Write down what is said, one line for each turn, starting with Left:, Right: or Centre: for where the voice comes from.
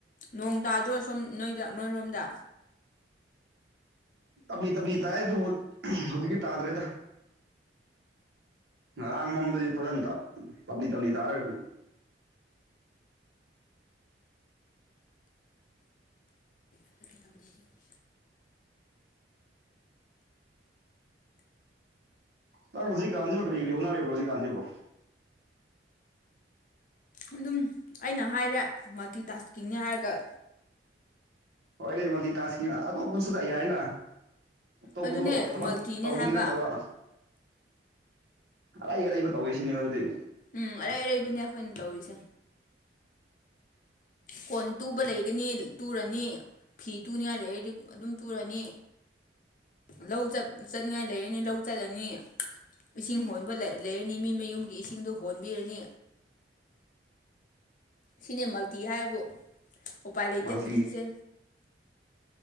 Left: ꯅꯣꯡ ꯇꯥꯗ꯭ꯔꯣ ꯁꯣꯝ ꯅꯣꯏꯗ ꯅꯣꯏꯔꯣꯝꯗ
Right: ꯇꯞꯂꯤ ꯇꯞꯂꯤ ꯇꯥꯌꯦ ꯑꯗꯨ ꯍꯧꯖꯤꯛꯇꯤ ꯇꯥꯗ꯭ꯔꯦꯗ ꯉꯔꯥꯡ ꯃꯝꯕꯥꯗꯤ ꯐꯖꯅ ꯇꯞꯂꯤ ꯇꯞꯂꯤ ꯇꯥꯔꯒ
Left: <unintelligible>
Right: ꯅꯪ ꯍꯧꯖꯤꯛꯀꯥꯟꯁꯤ ꯀꯔꯤ ꯀꯔꯤ ꯍꯣꯅꯔꯤꯕ꯭ꯔꯣ ꯍꯧꯖꯤꯀꯥꯟꯁꯤꯕꯨ
Left: ꯑꯗꯨꯝ ꯑꯩꯅ ꯍꯥꯏꯔꯦ ꯃꯜꯇꯤ ꯇꯥꯁꯀꯤꯡꯅꯦ ꯍꯥꯏꯔꯒ
Right: ꯍꯣꯏꯅꯦ ꯃꯜꯗꯤ ꯇꯥꯁꯀꯤꯡ ꯑꯇꯣꯞꯄꯁꯨ ꯌꯥꯏꯅ ꯇꯣꯛꯄꯗꯣ
Left: ꯑꯗꯨꯅꯦ
Right: ꯊꯕꯛ
Left: ꯃꯜꯇꯤꯅꯦ
Right: ꯇꯧꯕꯒꯤ
Left: ꯍꯥꯏꯕ
Right: ꯅꯠꯇꯕ ꯑꯔꯩ ꯑꯔꯩꯕ ꯇꯧꯒꯦ ꯁꯤꯅꯦꯕ ꯑꯗꯨꯗꯤ
Left: ꯎꯝ ꯑꯔꯩ ꯑꯔꯩꯕꯅꯦ ꯑꯩꯈꯣꯏꯅ ꯇꯧꯔꯤꯁꯦ ꯀꯣꯟ ꯇꯨꯕ ꯂꯩꯒꯅꯤ ꯇꯨꯔꯅꯤ ꯐꯤ ꯇꯨꯅꯤꯉꯥꯏ ꯂꯩꯔꯗꯤ ꯑꯗꯨꯝ ꯇꯨꯔꯅꯤ ꯂꯧ ꯆꯠ ꯆꯠꯅꯤꯡꯉꯥꯏ ꯂꯩꯔꯅꯤ ꯂꯧ ꯆꯠꯂꯅꯤ ꯏꯁꯤꯡ ꯍꯣꯟꯕ ꯂꯩ ꯂꯩꯔꯅꯤ ꯃꯤ ꯃꯌꯨꯝꯒꯤ ꯏꯁꯤꯡꯗꯣ ꯍꯣꯟꯕꯤꯔꯅꯤ ꯁꯤꯅꯦ ꯃꯜꯇꯤ ꯍꯥꯏꯕꯕꯨ ꯎꯄꯥꯏ ꯂꯩꯇꯦ
Right: ꯃꯜꯇꯤ
Left: ꯄꯨꯟꯁꯤꯁꯦ